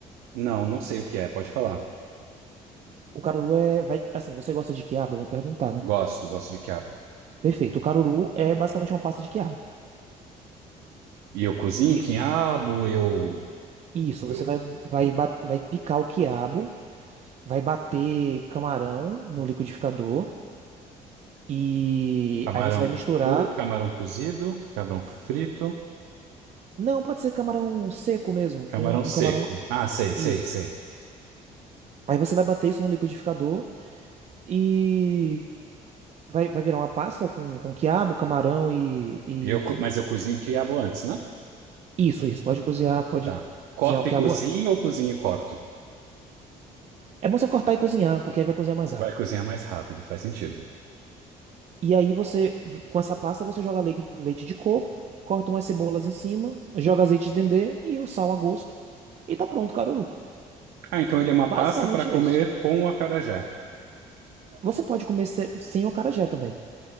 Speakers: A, on the right; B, on the right.
A: não, não sei o que é. Pode falar.
B: O caruru é, vai, assim, você gosta de quiabo? Vamos perguntar, né?
A: Gosto, gosto de quiabo.
B: Perfeito. O caruru é basicamente uma pasta de quiabo.
A: E eu cozinho
B: E
A: quiabo, eu,
B: isso, você
A: eu
B: vai, vai, bat- vai picar o quiabo, vai bater camarão no liquidificador e
A: camarão
B: aí você vai misturar.
A: cru, camarão cozido, camarão frito.
B: Não, pode ser camarão seco mesmo.
A: Camarão
B: Tem um,
A: seco.
B: um camarão.
A: Ah, sei,
B: Isso.
A: sei, sei.
B: Aí você vai bater isso no liquidificador e vai, vai virar uma pasta com, com quiabo, camarão e, e.
A: E eu, co- mas eu cozinho o quiabo antes, né?
B: Isso, isso. Pode cozinhar, pode
A: Tá. Corta
B: cozinhar o quiabo.
A: e cozinho
B: antes.
A: ou cozinho e corto?
B: É bom você cortar e cozinhar, porque aí vai cozinhar mais rápido.
A: Vai cozinhar mais rápido, faz sentido.
B: E aí você, com essa pasta, você joga leite, leite de coco, corta umas cebolas em cima, joga azeite de dendê e o sal a gosto. E tá pronto, o caruru.
A: Ah, então ele é uma
B: Basicamente
A: pasta para comer
B: isso.
A: com o acarajé.
B: Você pode comer se- sem o acarajé também.